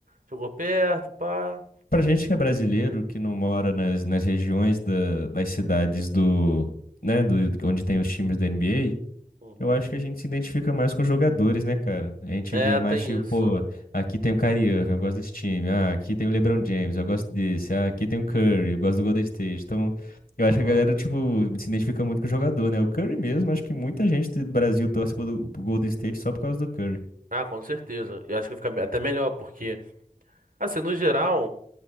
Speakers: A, on the right; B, on the left.
A: chegou perto, pá.
B: Pra gente que é brasileiro, que não mora nas, nas regiões da- das cidades do, né, do, onde tem os times da NBA,
A: Uhum.
B: Eu acho que a gente se identifica mais com os jogadores, né, cara? A gente
A: É,
B: vê mais
A: tem
B: tipo,
A: isso.
B: pô, aqui tem o Kyrie Irving, eu gosto desse time. Ah, aqui tem o LeBron James, eu gosto desse. Ah, aqui tem o Curry, eu gosto do Golden State. Então, eu
A: Aham.
B: acho que a galera, tipo, se identifica muito com o jogador, né? O Curry mesmo, acho que muita gente do Brasil torce pro, pro Golden State só por causa do Curry.
A: Ah, com certeza. Eu acho que fica até melhor, porque, assim, no geral,